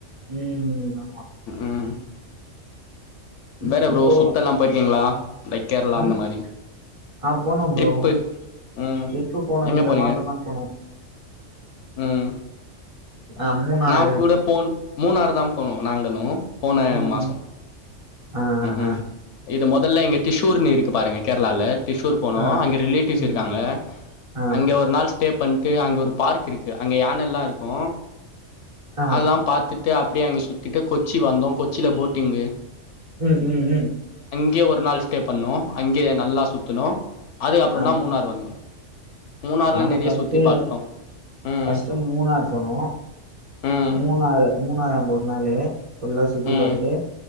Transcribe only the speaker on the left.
ம்
வேற ப்ரோ
சுத்தெல்லா போயிருக்கிங்ளா லைக் கேரளா
அந்த மாரி
ட்ரிப்பு ம்
எங்க
போனீங்க
ம்
நா கூட போன் மூணாறு தா போனோ நாங்களு போன
மாச
ம் ம்
இது மொதல்ல இங்க டிஷூர்னு இருக்கு பாருங்க கேரளால டிஷூர் போனோ
அங்க ரிலேட்டிவ்ஸ்
இருக்காங்க
அங்க ஒரு நாள் ஸ்டே பண் ட்டு அங்க ஒரு பார்க் இருக்கு அங்க யானைலா இருக்கு
அதாம் பாத்துட் டு அப்டியே அங்க சுத்திட்டு கொச்சி வந்தோ கொச்சில போட்டிங்கு
அங்கயு ஒரு நாள் ஸ்டே பண்ணோ அங்கே நல்லா சுத்துணோ அதுக்கப்புறந்தா
மூணார் வந்தோ மூணார்ல
நெறைய
சுத்தி பாத்தோ ம்
ம்
ம்